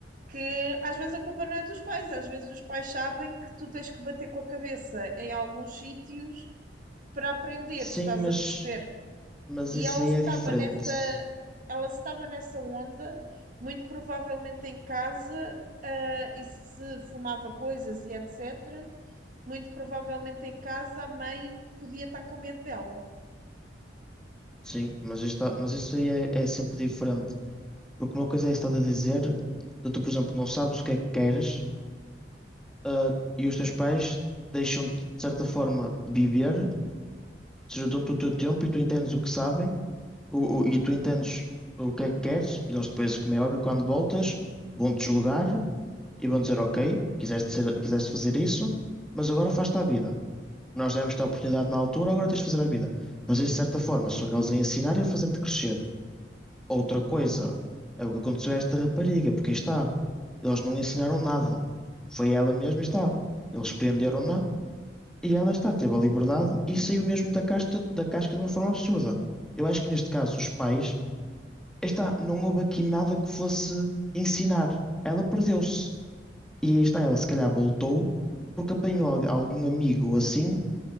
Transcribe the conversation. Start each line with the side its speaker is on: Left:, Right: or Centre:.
Right: Que às vezes a culpa não é dos pais, às vezes os pais sabem que tu tens que bater com a cabeça em alguns sítios para aprender,
Centre: Sim,
Right: estás
Centre: mas,
Right: a perceber?
Centre: mas
Right: E
Centre: isso
Right: ela
Centre: aí
Right: estava
Centre: é diferente.
Right: nessa, ela estava nessa onda, muito provavelmente em casa, ah, e se fumava coisas e etc. Muito provavelmente em casa a mãe podia estar com medo dela.
Centre: Sim, mas, isto, mas isso aí é, é sempre diferente. Porque uma coisa é estás a dizer, de tu, por exemplo, não sabes o que é que queres, ah, e os teus pais deixam-te, de certa forma, viver seja, dão-te o teu tempo e tu entendes o que sabem o, o- e tu entendes o que é que queres e eles depois, como é óbvio, quando voltas, vão-te julgar e vão dizer, ok, quiseste ser, quiseste fazer isso, mas agora faz-te a vida. Nós demos-te a oportunidade na altura, agora tens de fazer a vida. Mas, de certa forma, são eles a ensinar e a fazer-te crescer. Outra coisa é o que aconteceu a esta rapariga, porque aí está, eles não ensinaram nada. Foi ela mesma e está. Eles prenderam-na e ela está, teve a liberdade e saiu mesmo da casca, da casca de uma forma absurda. Eu acho que neste caso os pais, está, não houve aqui nada que fosse ensinar. Ela perdeu-se. E aí está, ela se calhar voltou porque apanhou al- algum amigo ou assim